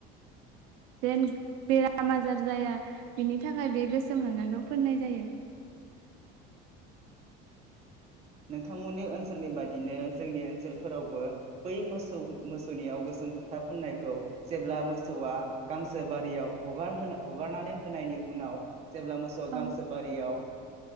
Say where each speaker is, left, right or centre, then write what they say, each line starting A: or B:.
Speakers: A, on the right (about 85°); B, on the right (about 30°).
A: जेन बेराम आजार जाया बिनि थाखाय बे गोसोम हांगारखौ फोन्नाय जायो।
B: नोंथांमोननि ओन्सोलनि बादिनो जोंनि ओन्सोलफोरावबो बै मोसौ मोसौनियाव गोसोम फोथा फुन्नायखौ जेब्ला मोसौआ गांसो बारियाव हगार होना हगारनानै होनायनि उनाव जेब्ला मोसौआ
A: औ
B: गांसो बारियाव